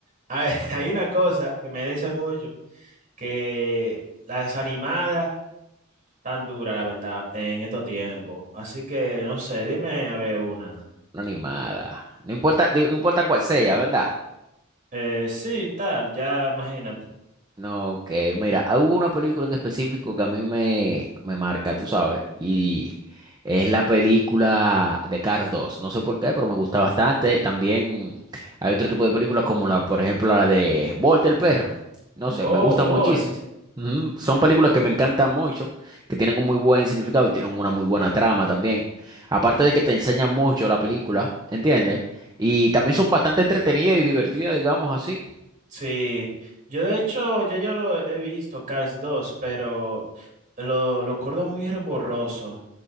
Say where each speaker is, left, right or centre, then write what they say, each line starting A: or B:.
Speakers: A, on the right (about 40°); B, on the right (about 20°).
A: hay, <laughs> hay una cosa que me dice mucho, que las animadas tan dura, la verdad, en estos tiempos. Así que, no sé, dime a ver una.
B: Una animada. No importa, digo, no importa cuál sea, ¿verdad?
A: Eh, sí, tal, ya imagínate.
B: No, que mira, ah, hubo una película en específico que a mí me, me marca, tú sabes, y es la película de Cars dos. No sé por qué, pero me gusta bastante. También hay otro tipo de películas como la, por ejemplo, la de Volta el perro. No sé,
A: Oh,
B: me gustan
A: Bolt.
B: muchísimo. Ujú, Son películas que me encantan mucho, que tienen un muy buen significado y tienen una muy buena trama también. Aparte de que te enseñan mucho la película, ¿entiendes? Y también son bastante entretenidas y divertidas, digamos así.
A: Sí. Yo de hecho, ya yo lo he visto, Cars 2, pero lo, lo acuerdo muy borroso.